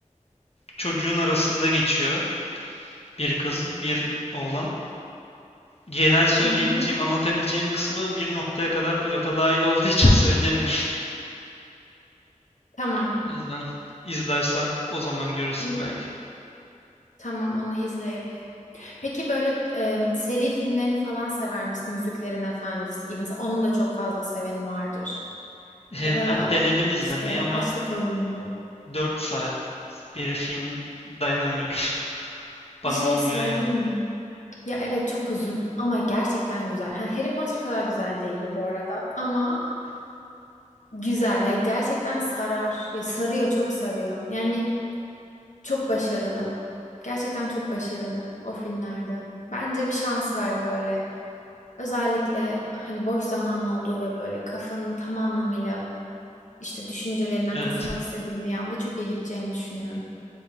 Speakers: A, on the left; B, on the left.
A: çocuğun arasında geçiyor. Bir kız, bir oğlan. Genel söyleyebileceğim,
B: Hı hı.
A: anlatabileceğim kısmı bir noktaya kadar pilota dahil olduğu için söyleyemiyorum.
B: Tamam.
A: <laughs> O yüzden izlersen o zaman görürsün
B: Onu,
A: belki.
B: tamam, onu izleyebilirim. Peki böyle e, seri filmlerini falan sever misin? Yüzüklerin Efendisi gibi. Mesela onun da çok fazla seveni vardır.
A: Ee,
B: Ya da
A: ben denedim izlemeyi
B: işte
A: ama
B: Açlık Oyunları.
A: 4 saat bir film dayanamıyorum. <laughs> Bana
B: Bir şey
A: olmuyor
B: söyleyeyim
A: yani.
B: mi? Ya evet çok uzun ama gerçekten güzel. Ha, Harry Potter kadar güzel değil bu arada ama Güzel. Ya gerçekten sarar. Ya sarıyor, çok sarıyor. Yani çok başarılı. Gerçekten çok başarılı o filmlerde. Bence bir şans ver böyle. Özellikle hani boş zamanın olduğu ve böyle kafanın tam anlamıyla işte düşüncelerinden
A: Evet,
B: kurtulmak istediğim bir anda çok iyi gideceğini düşünüyorum.